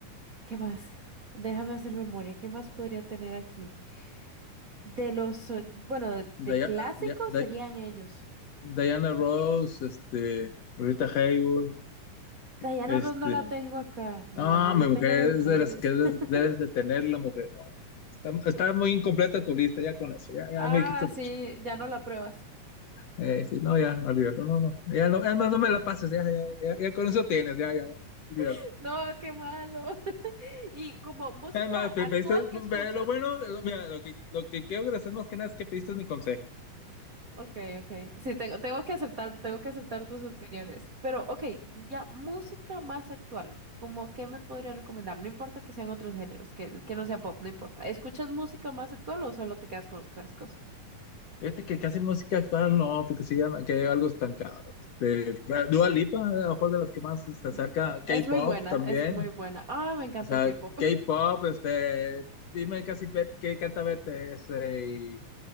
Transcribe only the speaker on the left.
Dia-
Dia-
Diana Ross, este, Rita Hayworth,
este,
No,
mi
mujer
es de las que debes,
debes de tener la mujer. No, está, está muy incompleta tu lista, ya con eso, ya, ya
me dijiste
mucho.
Eh, sí, no, ya, olvídalo, no, no, ya no, es más, no me la pases, ya, ya, ya, ya con eso tienes, ya, ya, ya, olvídalo.
Es más, pe-
pediste,
pe- lo bueno, lo, mira, lo que, lo que quiero agradecer más que nada es que pediste mi consejo.
Fíjate que casi música actual no, porque sí ya me quedé algo estancado. Este, Dua Lipa, a lo mejor de las que más se
acerca, K-pop
también.
O sea,
K-pop, este, dime casi Betty- qué canta Bete, este, y,